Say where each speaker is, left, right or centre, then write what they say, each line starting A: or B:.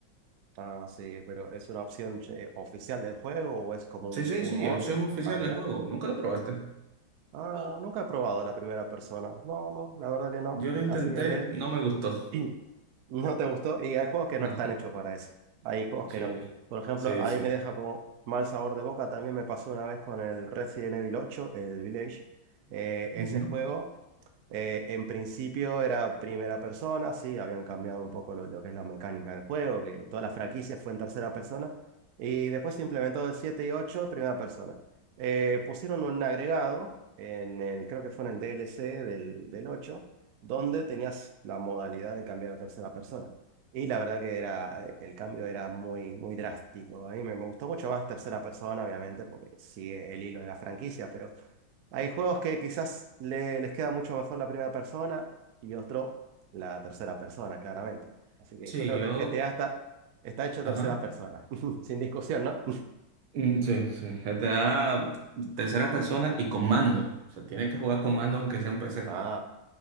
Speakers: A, on the right; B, on the right.
A: Ah, sí, pero ¿es una opción eh, oficial del juego o es como
B: Sí,
A: un,
B: sí,
A: un
B: sí,
A: mod
B: opción oficial
A: agregar?
B: del juego. Nunca lo probaste.
A: Ah, Sí. nunca he probado la primera persona. No, no, la verdad que no.
B: Yo lo intenté,
A: Así que
B: no me gustó.
A: eh,
B: <laughs>
A: <clears throat> no te gustó. Y hay juegos que
B: No,
A: no están hechos para eso. Hay juegos
B: sí,
A: que no. Por ejemplo,
B: sí,
A: ahí
B: sí.
A: me deja como mal sabor de boca. También me pasó una vez con el Resident Evil ocho, el Village. Eh, ese
B: Ujú.
A: juego. Eh, en principio era primera persona, sí, habían cambiado un poco lo, lo que es la mecánica del juego, que toda la franquicia fue en tercera persona, y después se implementó el 7 y 8 primera persona. Eh, pusieron un agregado, en el, creo que fue en el DLC del, del 8 donde tenías la modalidad de cambiar a tercera persona. Y la verdad que era, eh, el cambio era muy, muy drástico. A mí me, me gustó mucho más tercera persona, obviamente, porque sigue el hilo de la franquicia, pero... Hay juegos que quizás le- les queda mucho mejor la primera persona y otro la tercera persona, claramente. Así que
B: Sí,
A: yo creo
B: yo,
A: que el GTA está, está hecho
B: ajá.
A: tercera persona, <laughs> sin discusión, ¿no?
B: Mm, Sí, sí, GTA tercera persona y con mando. O sea, tienes que jugar con mando aunque sea en PC.
A: Ah,